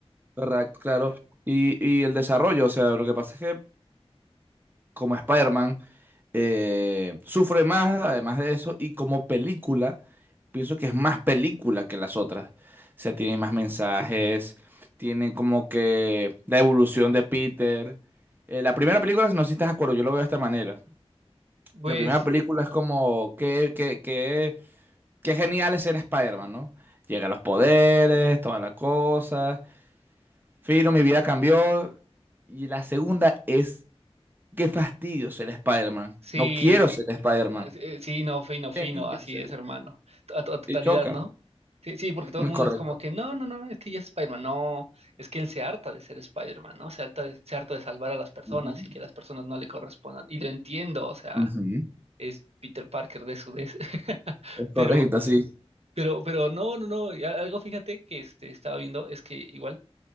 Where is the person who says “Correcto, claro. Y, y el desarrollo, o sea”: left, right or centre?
Right